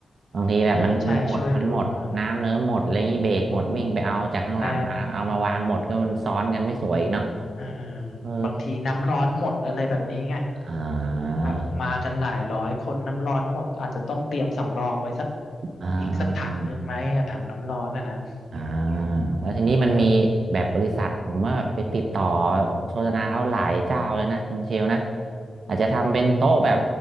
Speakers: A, on the right; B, on the left.
A: บางทีแบบมันมันหมดมันหมดน้ำเนื้อหมดอะไรอย่างนี้เบรกหมดวิ่งไปเอาจากข้างหลังมาเอามาวางหมดก็มันซ้อนกันไม่สวยอีกเนาะ
B: อ่าใช่ช่วยดูหน่อยใช่อ่า
A: เออ
B: บางทีน้ำร้อนหมดอะไรแบบนี้ไง
A: อ่
B: แบบมากันหลายร้อยคนน้ำร้อนหมดอาจจะต้องเตรียมสำรองไว้สัก
A: าอ่าอ่าอ่า
B: อีกสักถังหนึ่งไหมอะถังน้ำร้อนอ่ะนะ
A: อ่า
B: อืม
A: แล้วทีนี้มันมีแบบบริษัทผมว่าแบบไปติดต่อโฆษณาเขาหลายเจ้าเลยนะคุณเชลนะอาจจะทำเป็นโต๊ะแบบ
B: อือฮึ